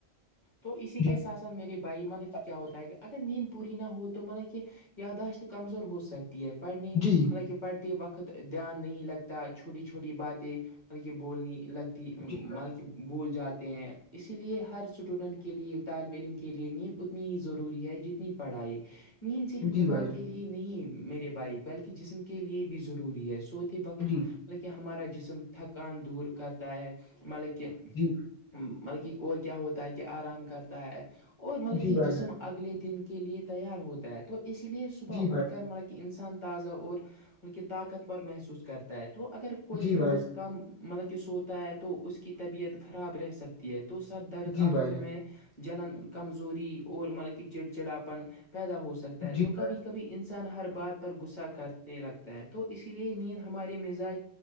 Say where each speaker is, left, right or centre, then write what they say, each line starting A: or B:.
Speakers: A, on the left (about 30°); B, on the left (about 70°).
A: تو اسی کے
B: جی
A: ساتھ ساتھ میرے بھائی مطلب کہ کیا ہوتا ہے کہ اگر نیند پوری نہ ہو تو مطلب کہ یاداشت کمزور ہو سکتی ہے پڑھنے
B: جی
A: مطلب کہ پڑھتے وقت دھیان نہیں لگتا چھوٹی چھوٹی باتیں مطلب کہ بولنی لگتی مطلب
B: جی
A: کہ بول جات ہیں اسی لیے ہر اسٹوڈنٹ کے لیے طالب علم کے لیے نیند اتنی ہی ضروری ہے جتنی پڑھائی نیند صرف
B: جی
A: دماغ
B: بھائی جان
A: کے لیے نہیں میرے بھائی بلکہ جسم کے لیے بھی ضروری ہے سوتی ہی وقتطب
B: جی
A: کہ ہمارا جسم تھکان دور کرتا ہے مطلب کہ
B: ج
A: مطلب کہ اور کیا ہوتا ہے کہ آرام کرتا ہے اور مطلب
B: جی
A: کہ
B: بھائی
A: جسم
B: جان
A: اگلے دن کے لیے تیار ہوتا ہے تو اس لیے صبح
B: جی بھائی
A: اٹھ کر مطلب انسان تازہ اور ان کی طاقتور محسوس کرتا ہے تو اگر کوئی
B: جی بھائی
A: روز
B: جان
A: کم مطلب کہ سوتا ہے تو اس کی طبیعت خراب رہ سکتی ہے تو سر درد
B: جی
A: آنکھوں
B: بھائی جان
A: میں جلن کمزوری اور مطلب کہ چڑچڑاپن پیدا ہو سکتا ہے
B: جی
A: تو
B: بھائی
A: کبھی کبھی انسان ہر بات پر غصہ کرتے لگتا ہے تو اسی لیے نیند ہمارے مزاج